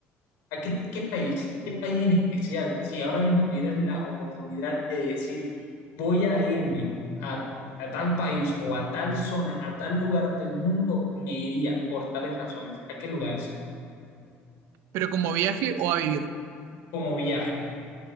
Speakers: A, on the left; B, on the right.
A: ¿A qué, qué país? ¿Qué país en especial? Si ahora mismo tuvieras la oportunidad de decir, voy a irme a, a tal país o a tal zona, a tal lugar del mundo, me iría por tales razones. ¿A qué lugares?
B: Pero como viaje o a vivir.
A: Como viaje.